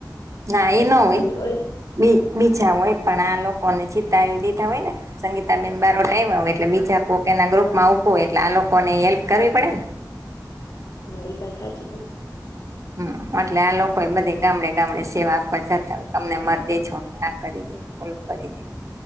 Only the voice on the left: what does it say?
હમ
ઓલ
હા, એ વાત સાચી તમારે.